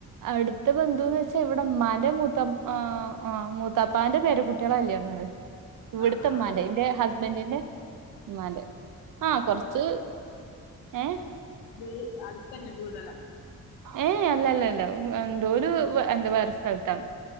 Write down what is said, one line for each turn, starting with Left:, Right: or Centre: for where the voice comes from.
Right: അവിടുത്ത ബന്ധുന്ന് ച്ചാ ഇവിടെ അമ്മാന്റെ മൂത്ത ആഹ് മൂത്താപ്പാന്റെ പേരാകുട്ടിയളെല്ലെ ങ്ങള് ഇവിടുത്തെമ്മാന്റെ
Left: ആഹ് ആഹ്
Right: ന്റെ ഹസ്ബൻറ്റിന്റെ ഇമ്മാന്റെ ആഹ് കൊറച്ച് ഏഹ്
Left: വി അടുത്തന്നെ വീടെല്ലാം
Right: ഏയ് അല്ലല്ല അല്ല എന്തോ ഒരു എന്താ വേറെ സ്ഥലത്താണ്